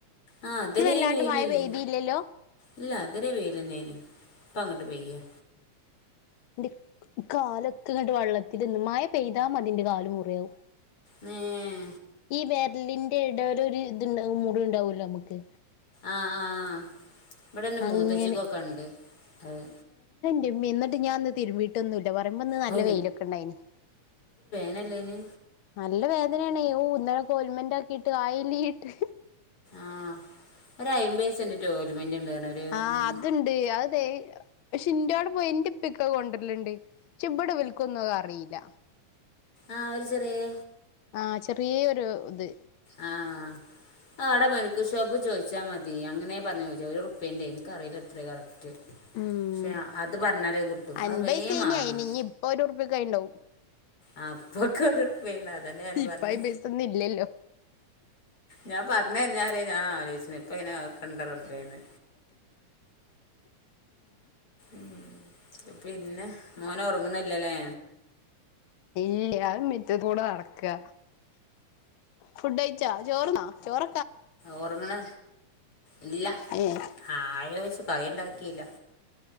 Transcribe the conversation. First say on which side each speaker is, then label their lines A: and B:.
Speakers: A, on the left; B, on the left.
A: ആ അതരെേ
B: ഇന്ന് വല്ലാണ്ട്
A: വെയിൽലേനി
B: മഴ പെയ്തിയില്ലല്ലോ
A: ഇല്ല അതരെ വെയിലന്നേനി ഇപ്പങ്ങട്ട് പെയ്യ്
B: എന്റെ കാലൊക്കെ ഇങ്ങട്ട് വള്ളത്തിൽന്ന് മഴ പെയ്താമതി ഇന്റെ കാല് മുറയാവും
A: ഉം
B: വെരലിന്റെ ഇടേൽ ഒരു ഇത്ണ്ടാവു മുറി ഉണ്ടാവുല്ലോ നമുക്ക്
A: ആ ആഹ ഇവിടെൻ്റെ
B: അങ്ങനെ
A: മൂത്തച്ചിക്കൊക്കെ ഉണ്ട്. അത്
B: തിരുമ്പി ഇന്ന്ട്ട് ഞാൻ ന്ന് തിരുമ്പിയിട്ടൊന്നും ഇല്ല. പറയുമ്പോന്ന് നല്ല
A: ഹോ
B: വെയിലെക്കെണ്ടായിനി.
A: അല്ലേനി
B: നല്ല വേദനയാണെ ഓ ഇന്നലക്കെ ഓൽമെന്റ ആക്കി ഇട്ട് അയ്യലീട്ട്
A: ആഹ ഒരു അയ്പൈസ ഉണ്ട് പറഞ്ഞ് ഒരു
B: ആഹ്
A: ഉം
B: അതുണ്ട് <unintelligible> പക്ഷെ ഇൻ്റാടെ പോയി എൻ്റെ പിക്ക കൊണ്ടല്ലുണ്ട്. പക്ഷെ ഇവിടെ ഇവൽക്കുന്നും അറിയില്ല.
A: ആഹ ഒര് ചെറിയേ
B: ആ ചെറിയൊരു ഇത്
A: ആഹ അ കവിടെ മെഡിക്കൽ ഷോപ്പ് ചോദിച്ചാൽ മതി അങ്ങനെ പറഞ്ഞു ഒരു റുപ്പിൻ്റെ ഇന്കറിയില്ല എത്ര കറക്റ്റ്.
B: ഉം
A: പക്ഷെ അത് പറഞ്ഞാലേ കിട്ടും
B: അൻപൈസേനി
A: അത് വേ മാറുന്നു
B: അയിന് ഇനി ഇപ്പൊ ഒരു ഉറുപ്പ്യക്ക് അയിണ്ടാവും
A: ആ പൊക്ക ഒരു വെണ അതന്നെ ഞാന് പറഞ്ഞു
B: ഇപ്പ അയിമ്പൈസൊന്നും ഇല്ലല്ലോ
A: ഞാൻ പറ <unintelligible> ഞാൻ ആലോചിച്ച ഇപ്പ ഇനെ കണ്ടറപേന്ന് മ് പിന്നെ മോൻ ഉറങ്ങുന്നില്ലല്ലേ
B: ഇല്ല മിറ്റത്തൂടെ നടക്കുക ഫുഡ ചോറന്നാ ചോറ
A: ഓറങ്ങണ ഇല്ല
B: ഏഹ്
A: ആയോചിച്ച് കറിയണ്ട